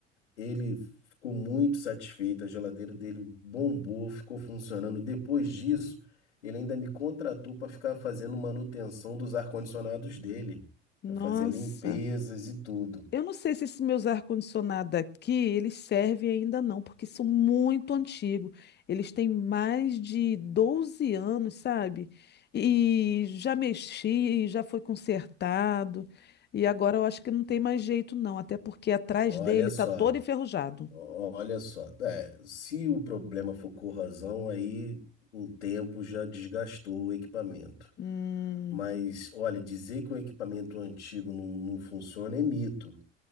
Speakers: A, on the left; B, on the left.
A: ele ficou muito satisfeito, a geladeira dele bombou, ficou funcionando. Depois disso, ele ainda me contratou para ficar fazendo manutenção dos ar-condicionados dele.
B: Nossa.
A: Eu fazia limpezas e tudo.
B: Eu não sei se esses meus ar-condicionado aqui, eles servem ainda não, porque são muito antigos. Eles têm mais de 12 anos, sabe? E já mexi, já foi consertado. E agora eu acho que não tem mais jeito não, até porque atrás
A: Olha
B: dele
A: só.
B: tá todo enferrujado.
A: Olha só, é, se o problema for corrosão, aí o tempo já desgastou o equipamento.
B: Hum,
A: Mas, olha, dizer que o equipamento antigo não, não funciona é mito.